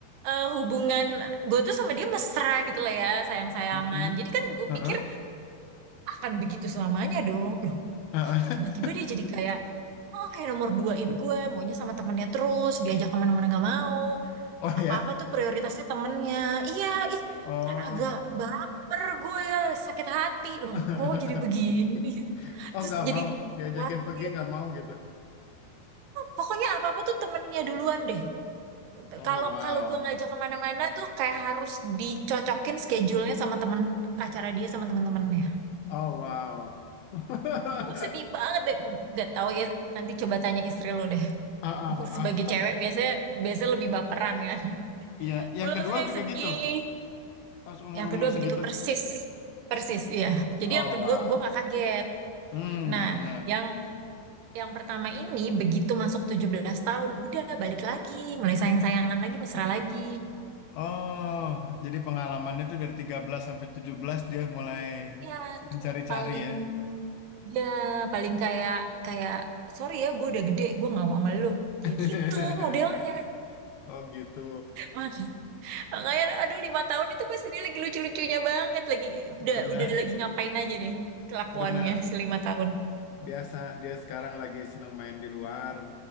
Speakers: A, on the right; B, on the left.
A: eh, hubungan gue tuh sama dia mesra gitu lah ya sayang-sayangan
B: Mm-mm.
A: jadi kan gue
B: Heeh.
A: pikir akan begitu selamanya dong loh
B: Heeh.
A: kok tiba-tiba
B: <laughs>
A: dia jadi kayak oh kayak nomor duain gue maunya sama temennya terus diajak kemana-mana nggak mau
B: Oh
A: apa-apa
B: ya.
A: tuh prioritasnya temennya iya ih
B: Oh.
A: kan agak baper gue ya sakit hati loh
B: <laughs>
A: kok jadi begini <laughs>
B: Oh,
A: terus
B: nggak
A: jadi
B: mau diajakin
A: khawatir
B: pergi nggak mau gitu.
A: pokoknya apa-apa tuh temennya duluan deh
B: Oh,
A: kalau
B: wow.
A: kalau gue ngajak kemana-mana tuh kayak harus dicocokin schedule-nya sama temen acara dia sama temen-temennya.
B: Oh, wow. <laughs>
A: Gue sedih banget deh. Gak tau ya nanti coba tanya istri lu deh.
B: Ah,
A: <laughs>
B: ah,
A: Sebagai
B: ah, ah.
A: cewek biasanya biasanya lebih baperan kan.
B: Iya,
A: <laughs>
B: yang
A: Gue
B: kedua
A: langsung kayak
B: juga
A: sedih.
B: gitu. Pas umur-umur
A: Yang kedua
B: segitu.
A: begitu persis. Persis iya.
B: Oh,
A: Jadi yang kedua
B: wow.
A: gue nggak kaget.
B: Hmm,
A: Nah,
B: benar.
A: yang yang pertama ini begitu masuk 17 tahun udah balik lagi, mulai sayang-sayangan lagi, mesra lagi.
B: Oh, jadi pengalamannya itu dari 13 sampai 17 dia mulai
A: Ya,
B: mencari-cari
A: tuh paling
B: ya.
A: Ya, paling kayak kayak sorry ya, gue udah gede, gue nggak mau sama lu.
B: <laughs>
A: Kayak gitu modelnya.
B: Oh gitu,
A: Mak- Makanya, aduh lima tahun itu pasti dia lagi lucu-lucunya banget, lagi
B: benar,
A: udah udah lagi ngapain aja nih kelakuannya
B: benar.
A: si lima tahun.
B: Biasa dia sekarang lagi senang main di luar